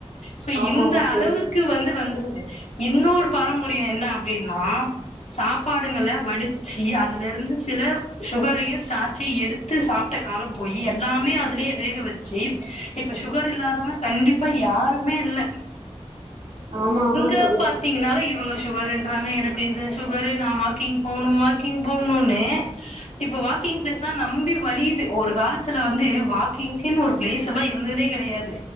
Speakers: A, on the left (about 80°); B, on the right (about 85°).
A: சோ
B: ஆமா
A: இந்த
B: ஆமா சகோதரி
A: அளவுக்கு வந்து வந்துருது இன்னொரு பாரம்பரியோ என்ன அப்டின்னா சாப்பாடுங்கல வடிச்சு அதுல இருந்து சில சுகரையு ஸ்டார்ச்சையு எடு த்து சாப்ட்ட காலம் போயி எல்லாமே அதுலியே வேக வெச்சு இப்ப சுகர் இல்லாதவங்க கண்டிப்பா யாருமே இல்ல
B: ஆமா ஆமா சி
A: எங்க பாத்தீங்கனாலு இவங்க சுகருன்றாங்க எனக்கு இந்த சுகரு நா வாக்கிங் போணும் வாக்கிங் போகணுனு இப்ப வாக்கிங் ப்ளேஸ்தா நம்பி வழியுது ஒரு காலத்துல வந்து வா க்கிங்கின் ஒரு ப்ளேஸல்லா இருந்ததே கெடையாது